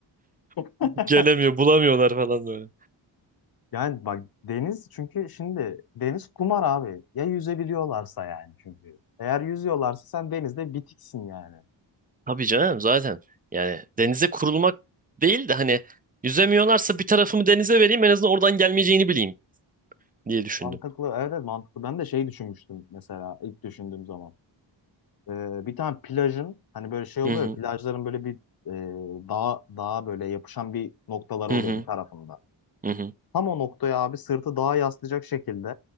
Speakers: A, on the right; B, on the left.
A: <laughs>
B: <laughs>
A: gelemiyor, bulamıyorlar falan böyle.
B: Yani bak deniz çünkü şimdi deniz kumar abi. Ya yüzebiliyorlarsa yani çünkü. Eğer yüzüyorlarsa sen denizde bitiksin yani.
A: Tabii canım zaten. Yani denize kurulmak değil de hani yüzemiyorlarsa bir tarafımı denize vereyim en azından oradan gelmeyeceğini bileyim diye düşündüm.
B: Mantıklı evet evet mantıklı. Ben de şey düşünmüştüm mesela ilk düşündüğüm zaman. Ee, bir tane plajın hani böyle şey oluyor
A: Hı hı
B: ya, plajların böyle bir e, dağ, dağa böyle yapışan bir noktalar
A: hı
B: oluyor
A: hı
B: bir tarafında.
A: hı. hı.
B: Tam o noktaya abi sırtı dağa yaslayacak şekilde